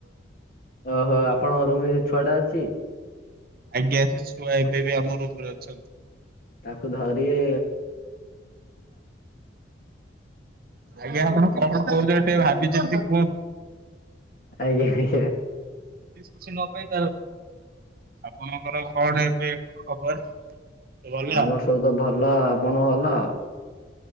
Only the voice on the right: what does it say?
<unintelligible>
<unintelligible>
ଆଜ୍ଞା ସେ ଛୁଆ ଏବେ ବି ଆମ ରୁମ୍ରେ ଅଛନ୍ତି।
ଆଜ୍ଞା ଆପଣ କଣ କହୁଥିଲେ ଟିକେ ଭାବି ଚିନ୍ତି କୁହନ୍ତୁ।
କିଛି ନ ପାଇଁ ଆପଣଙ୍କର କଣ ଏବେ ଖବର। ଭଲ?